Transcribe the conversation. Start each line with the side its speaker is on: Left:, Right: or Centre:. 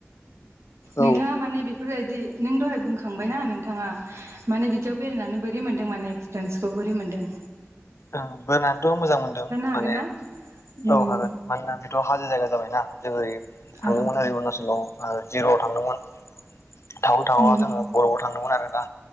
Left: औ
Right: नोंथाङा माने बेफोरबायदि नों दहाय बुंखांबायना नोंथाङा। माने बिदियाव बेरायनानै बोरै मोन्दों माने एक्सपिरियेन्सखौ बोरै मोन्दों?
Left: ओं बोनानैथ' मोजां मोनदों
Right: हागोन
Left: माने
Right: ना उम
Left: औ हागोन। मानोना बेथ' हाजो जायगा जाबायना जों ओरै थांदोंमोन
Right: ओ
Left: ओरै अरुणाचलाव। ओ जिर'आव थांदोंमोन थाववां थाववांआव
Right: उम
Left: जोङो बरफआव थांदोंमोन आरोना।